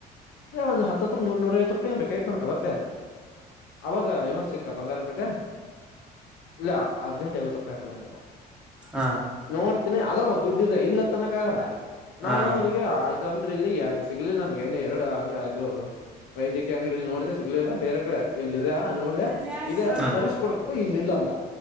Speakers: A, on the left (about 75°); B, in the centre.
A: ಒಂದ ಹತ್ರ ನೂರ್ ನೂರ ಐ ಭೆ ಬೇಕೆ ನ ಅವತ್ತೆ ಅವಾಗ ಇವ ಸಿಕ್ಕ ಬಂಗಾರಪೇಟೆ ಇಲ್ಲ ಅರ್ಜೆಂಟಾಗ್ ಐವತ್ತು ಸಾವ್ರೂಪಾಯ್ <unintelligible> ಅಂತ
B: ಹಾ
A: ನೋಡ್ತೀನಿ ಅದೋ ದುಡ್ಡಿದ್ರ ಇಲ್ಲ ತನಕ ಆಗಲ್ಲ
B: ಹ
A: ನಾನು
B: ಹ
A: ಅವ್ನಿಗೆ ಇದು ಅಂದ್ರೆ ಇಲ್ಲಿ ಯಾವ್ದು ಸಿಗ್ಲಿಲ್ಲ ನನ್ಗೆ ಎಣ್ಣೆ ಎರಡು ಹಂಗ ಅದುದು ವೈದ್ಯಕೀ ಅಂಗ್ಡಿಲ್ ನೋಡ್ದೆ ಸಿಗ್ಲಿಲ್ಲ ಬೇರೆ ಕಡೆ ಇಲ್ ಇದೆ ಅಲ್ ನೋಡಿದೆ
B: ಹಾ
A: ಇದೆ ತರಿಸ್ಕೊಡ್ಬೇಕು ಇಲ್ಲಿ ಇಲ್ಲ ಅಂದ